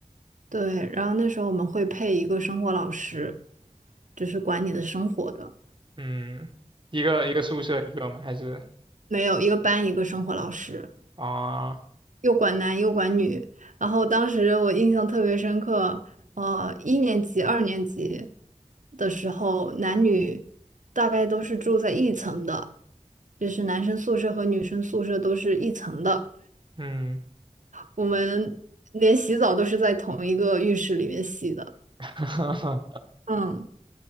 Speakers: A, on the right (about 75°); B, on the right (about 40°).
A: 对，然后那时候我们会配一个生活老师，就是管你的生活的，
B: 嗯，一个一个宿舍一个吗？还是
A: 没有一个班一个生活老师，
B: 啊？
A: 又管男又管女。然后当时我印象特别深刻，呃，一年级、二年级的时候，男女大概都是住在一层的，就是男生宿舍和女生宿舍都是一层的。
B: 嗯，
A: 我们连洗澡都是在同一个浴室里面洗的。
B: <laughs>
A: 嗯，